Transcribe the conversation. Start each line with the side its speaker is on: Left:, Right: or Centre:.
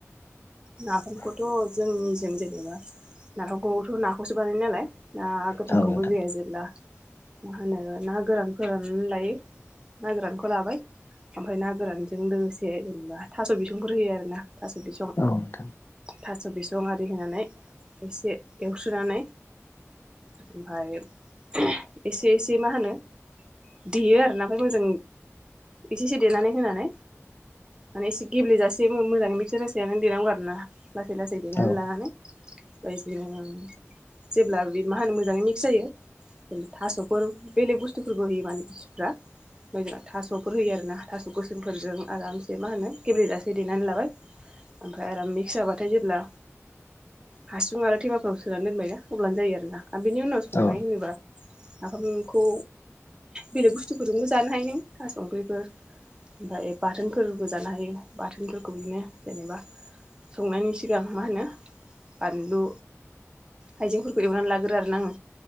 Right: नाफामखौथ' जोंनिथिं जेनेबा नाफामखौथ' नाखौसो बानायो नालाय ना गोथांखौबो
Left: औ नोंथां
Right: जाया जेब्ला मा होनो ना गोरानफोरनानै लायो। ना गोरानखौ लाबाय ओमफ्राय ना गोरानजों लोगोसे जेनेबा थास' बिसंफोर होयो आरोना, थास' बिसं
Left: औ नोंथां
Right: थास' बिसं आरि होनानै एसे एवस्रोनानै ओमफ्राय <unintelligible> एसे एसे मा होनो देयो आरोना ओमफ्राय मोजां एसे एसे देनानै होनानै माने एसे गेब्लेेजासे मोजाङै मिक्सार जासेनो देनांगौ आ रोना। लासै लासै देनानै
Left: औ
Right: लानानै ओमफ्राय बिदिनो जेब्ला बे मा होनो मोजाङै मिक्स जायो थास'फोर बेलेग बुस्थुफोरबो होयो मानसिफ्रा। ओमफ्राय जोंना थास'फोर होयो आरोना? थास' गोसोमफोरजों आरामसे मा होनो गेब्लेजासे देनानै लाबाय। ओमफा फ्राय आराम मिक्स जाबाथाय जेब्ला हासुं आरो थेमाफोराव सोनानै दोनबायना अब्लानो जायो आर ना। आरो बिनि उनाव संनाय
Left: औ
Right: होनोबा नाफामखौ बेलेग बुस्थुफोरजोंबो जानो हायो नों थास' ओख्रिफोर ओमफ्राय बाथोनफोरबो जानो हायो बाथोनफोरखौ बिदिनो जेनेबा संनायनि सिगां मा होनो बानलु हाइजेंफोरखौ एवनानै लागोरो आरोना आङो?